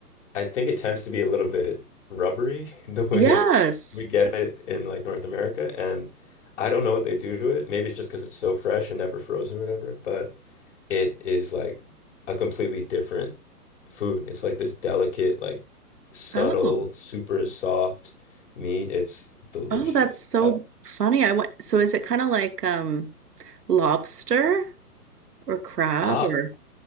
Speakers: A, on the left; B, on the right.
A: I think it tends to be a little bit rubbery <laughs> the way
B: Yes.
A: we get it in like North America, and I don't know what they do to it. Maybe it's just because it's so fresh and never frozen or whatever, but it is like a completely different food. It's like this delicate, like subtle,
B: Oh,
A: super soft meat. It's delicious.
B: oh, that's so
A: Uh,
B: funny. I went, so is it kind of like um lobster or crab
A: i
B: or